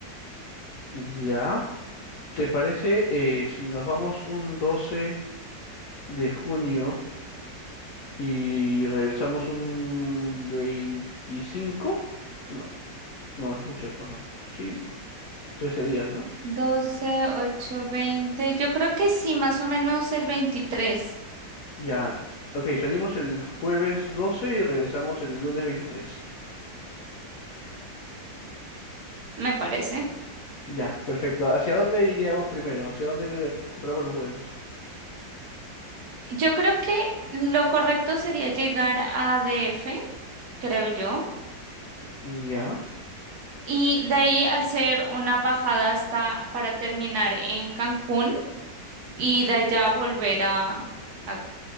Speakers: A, on the left; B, on the right.
A: Ya. ¿Te parece eh, si nos vamos un doce de junio y regresamos un 25? No, no es mucho, ¿o no? Sí, 13 días, ¿no?
B: 12, 8, 20. Yo creo que sí, más o menos el 23.
A: Ya. Ok, salimos el jueves 12 y regresamos el lunes 23.
B: me parece.
A: Ya, perfecto. ¿Hacia dónde iríamos primero? ¿Hacia dónde eh, compramos los vuelos?
B: Yo creo que lo correcto sería llegar a D F creo yo,
A: Ya.
B: y de ahí hacer una bajada hasta para terminar en Cancún y de allá volver a, a,